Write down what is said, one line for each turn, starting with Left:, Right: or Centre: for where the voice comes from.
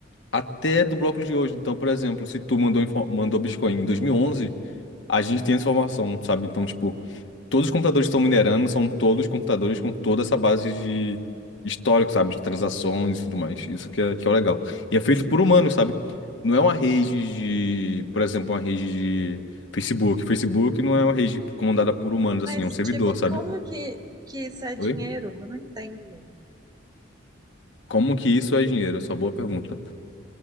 Left: até do bloco de hoje. Então, por exemplo, se tu mandou, info- mandou Bitcoin em 2011, a gente tem essa informação, sabe? Então, tipo, todos os computadores que estão minerando são todos computadores com toda essa base de histórico, sabe? De transações e tudo mais. Isso que é, que é o legal. E é feito por humanos, sabe? Não é uma rede de, por exemplo, uma rede de Facebook. Facebook não é uma rede comandada por humanos,
Right: Mas,
Left: assim, é um servidor,
Right: tipo,
Left: sabe?
Right: como que, que isso é
Left: Oi?
Right: dinheiro? Eu não entendo.
Left: Como que isso é dinheiro? Essa é uma boa pergunta.